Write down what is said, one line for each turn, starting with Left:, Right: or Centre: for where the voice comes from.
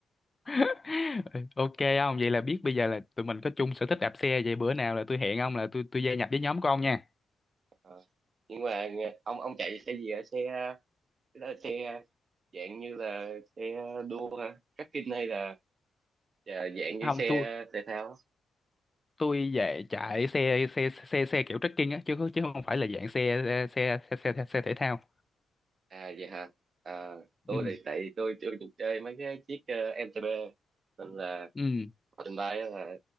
Left: <laughs> ok ông vậy là biết bây giờ là tụi mình có chung sở thích đạp xe vậy bữa nào là tôi hẹn ông là tôi tôi gia nhập với nhóm của ông nha
Right: Ờ. nhưng mà nghe- ông ông chạy xe gì ạ? xe Đó là xe dạng như là xe đua hả trekking hay là à, dạng như
Left: không
Right: xe
Left: tôi
Right: thể thao
Left: tôi về chạy xe xe xe xe kiểu trekking á chứ chứ không phải là dạng xe xe xe xe, xe thể thao
Right: à vậy hả à, tôi
Left: ừ
Right: thì tại vì tôi chưa được chơi mấy cái chiếc ờ, MTB nên là
Left: ừ
Right: trên bay á là